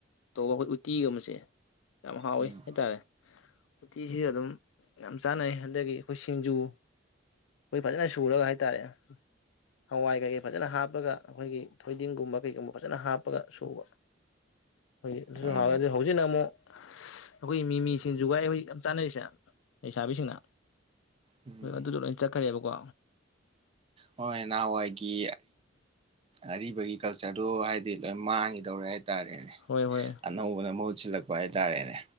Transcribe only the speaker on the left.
ꯇꯧꯕ ꯑꯩꯈꯣꯏ ꯎꯇꯤꯒꯕꯁꯦ ꯌꯥꯝ ꯍꯥꯎꯋꯤ
ꯍꯥꯏꯇꯥꯔꯦ ꯎꯇꯤꯁꯤꯁꯨ ꯑꯗꯨꯝ ꯌꯥꯝ ꯆꯥꯅꯩ ꯑꯗꯒꯤ ꯑꯩꯈꯣꯏ ꯁꯤꯡꯖꯨ ꯑꯩꯈꯣꯏ ꯐꯖꯅ ꯁꯨꯔꯒ ꯍꯥꯏꯇꯥꯔꯦ ꯍꯋꯥꯏ ꯀꯩꯀꯩ ꯐꯖꯅ ꯍꯥꯞꯄꯒ ꯑꯩꯈꯣꯏꯒꯤ ꯊꯣꯏꯗꯤꯡꯒꯨꯝꯕ ꯀꯩꯒꯨꯝꯕ ꯐꯖꯅ ꯍꯥꯞꯄꯒ ꯁꯨꯕ ꯍ ꯑꯗꯨ
ꯍꯋꯥꯗꯤ ꯍꯧꯁꯤ ꯅ ꯑꯃ ꯑꯩꯈꯣꯏꯒꯤ ꯃꯤ ꯃꯤ ꯁꯤꯡꯖꯨ ꯍꯧꯖꯤꯛ ꯌꯥꯝ ꯆꯥꯟꯅꯔꯤꯁꯦ ꯂꯩꯁꯥꯕꯤꯁꯤꯡꯅ
<unintelligible> ꯈꯦꯕꯀꯣ
ꯍꯣꯏ ꯍꯣꯏ